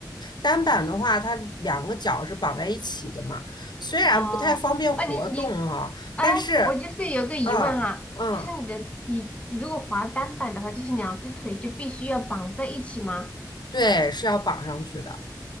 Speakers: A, on the left (about 75°); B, on the left (about 20°).
A: 单板的话，它两个脚是绑在一起的嘛，虽然不太方便活动哈、
B: 哦，啊，你你，哎，
A: 但是，
B: 我就是有个疑问哈，
A: 嗯嗯，
B: 就是你的你如果滑单板的话，就是两只腿就必须要绑在一起吗？
A: 对，是要绑上去的。